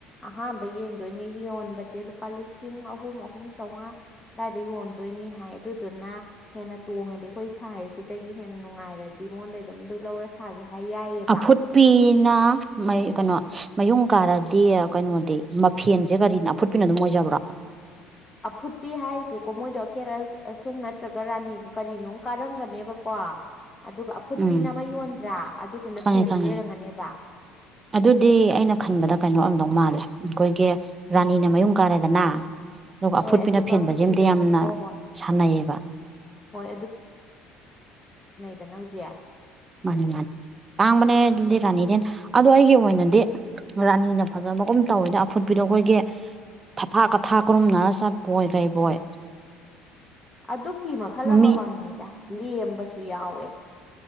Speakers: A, on the left; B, on the right.
A: ꯑꯍꯥꯝꯕ ꯌꯦꯡꯗꯣꯏꯅ ꯌꯣꯟꯕ ꯨ ꯂꯤ ꯑꯍꯨꯝ ꯑꯍꯨꯝꯃꯉꯥ ꯑꯗꯨꯋꯥꯏꯗ ꯌꯣꯟ ꯗꯣꯏꯅꯤ ꯍꯥꯏ ꯑꯗꯨꯗꯨꯅ ꯍꯦꯟꯅ ꯇꯣꯡꯉꯗꯤ ꯑꯩꯈꯣꯏ ꯁꯥꯔꯤꯁꯤꯦ ꯁꯤꯗꯒꯤ ꯍꯦꯟꯅ ꯅꯨꯡꯉꯥꯏꯔꯗꯤ ꯃꯉꯣꯟꯗꯩ ꯑꯗꯨꯝ ꯑꯗꯨ ꯂꯧꯔ ꯁꯥꯒꯦ ꯍꯥꯏ ꯌꯥꯏꯌꯦꯕ
B: ꯑꯐꯨꯠꯄꯤꯅ ꯃꯩ ꯀꯩꯅꯣ ꯃꯌꯨꯡ ꯀꯥꯔꯗꯤ ꯀꯩꯅꯣꯗꯤ ꯃꯐꯦꯟꯁꯦ ꯀꯔꯤꯅ ꯑꯐꯨꯠꯄꯤꯅ ꯑꯗꯨꯝ ꯑꯣꯏꯖꯕ꯭ꯔꯣ
A: ꯑꯐꯨꯠꯄꯤ ꯍꯥꯏꯁꯦꯀꯣ ꯃꯣꯏꯗꯣ ꯑꯈꯦꯔ ꯑꯁꯨꯡ ꯅꯠꯇ꯭ꯔꯒ ꯔꯥꯅꯤ ꯀꯔꯤꯅꯣ ꯀꯥꯔꯝꯒꯅꯦꯕꯀꯣ ꯀ ꯑꯗꯨꯒ ꯑꯐꯨꯠꯄꯤꯅ
B: ꯎꯝ
A: ꯑꯃ ꯌꯣꯟꯗ꯭ꯔꯥ ꯑꯗꯨꯗꯨꯅ
B: ꯈꯪꯉꯦ
A: ꯐꯦꯟꯗꯣ
B: ꯈꯪꯉꯦ
A: ꯌꯔꯝꯒꯅꯦꯕ
B: ꯑꯗꯨꯗꯤ ꯑꯩꯅ ꯈꯟꯕꯗ ꯀꯩꯅꯣ ꯑꯝꯗꯧ ꯃꯥꯜꯂꯦ ꯑꯩꯈꯣꯏꯒꯤ ꯔꯥꯅꯤꯅ ꯃꯌꯨꯝ ꯀꯥꯔꯦꯗꯅ ꯑꯗꯨꯒ ꯑꯐꯨꯠꯄꯤꯅ
A: ꯍꯣꯏ ꯑꯗꯨꯒ
B: ꯐꯦꯟꯕꯁ
A: ꯑꯐꯨꯠꯄꯤꯗꯣ
B: ꯑꯇ ꯌꯥꯝꯅ
A: ꯍꯣꯏ ꯍꯣꯏ
B: ꯁꯥꯟꯅꯩꯌꯦꯕ
A: ꯍꯣꯏ ꯇꯅꯎꯖꯤꯌꯥ
B: ꯃꯥꯅꯤ ꯃꯥꯅꯤ ꯇꯥꯡꯕꯅꯦ ꯑꯗꯨꯗꯤ
A: ꯑꯗꯨꯗꯣ
B: ꯔꯥꯅꯤꯅꯦ ꯑꯗꯣ ꯑꯩꯒꯤ ꯑꯣꯏꯅꯗꯤ ꯔꯥꯅꯤꯅ ꯐꯖꯕꯒꯨꯝ ꯇꯧꯋꯤꯗ ꯑꯐꯨꯠꯄꯤꯗꯣ ꯑꯩꯈꯣꯏꯒꯤ ꯊꯊꯥꯛ ꯀꯊꯥ ꯀꯔꯨꯝꯅꯔ ꯆꯠꯄꯣꯏ ꯀꯩꯕꯣꯏ
A: ꯑꯗꯨ ꯐꯤ ꯃꯈꯜ
B: ꯃꯃꯤ
A: ꯑꯃꯃꯝꯅꯤꯗ ꯂꯦꯝꯕꯁꯨ ꯌꯥꯎꯋꯦ